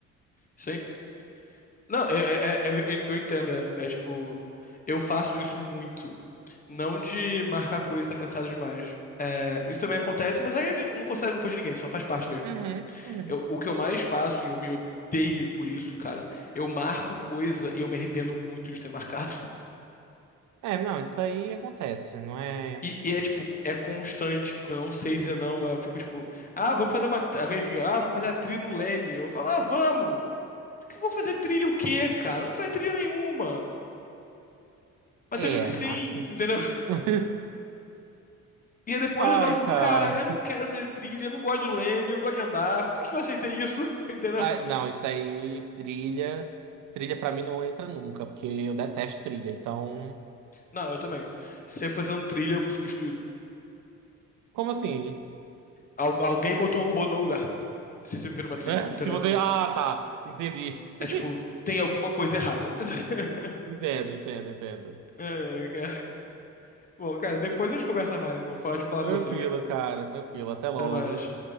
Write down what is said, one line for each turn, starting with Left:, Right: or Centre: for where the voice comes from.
Left: Sim, Não, é, é- é- eu eu entendo. É, é tipo, eu faço isso muito. Não de marcar coisa e tá cansado demais. É, isso também acontece, mas aí eu não consegue culpa de ninguém, só faz parte mesmo.
Right: Uhum,
Left: né?
Right: uhum.
Left: Eu- o que eu mais faço, e eu me odeio por isso, cara, eu marco coisa e eu me arrependo muito de ter marcado. <laughs>
Right: É, não, isso aí acontece, não é?
Left: E, e é tipo, é constante, porque eu não sei dizer não. Eu fico tipo, ah, vamos fazer uma. Alguém fica, ah, vamos fazer a trilha no Leme. Eu falo, ah, vamos! Que eu Vou fazer trilha o quê, cara? Não vou fazer trilha nenhuma. Mas
Right: É,
Left: eu digo
Right: é,
Left: sim,
Right: ah.
Left: entendeu?
Right: <laughs>
Left: E aí depois
Right: Ai,
Left: eu falo e fico,
Right: cara.
Left: cara, eu não quero fazer trilha, eu não gosto do leme, eu não gosto de andar, por que eu aceitei isso? <laughs> Entendeu?
Right: Ai, não, isso aí, trilha. Trilha pra mim não entra nunca, porque eu detesto trilha, então.
Left: Não, eu também. Sempre fazendo trilha, eu fui substituído.
Right: Como assim?
Left: Al- alguém botou um robô no meu lugar. Você sempre vira uma trilha,
Right: É?
Left: entendeu?
Right: Se você. Ah, tá. Entendi.
Left: É
Right: <laughs>
Left: tipo, tem alguma coisa errada. <laughs>
Right: Entendo, entendo, entendo.
Left: É, cara. Bom, cara, depois a gente conversa mais, irmão. Foi ótimo falar
Right: Tranquilo,
Left: com você, cara.
Right: cara, tranquilo. Até logo.
Left: Até mais.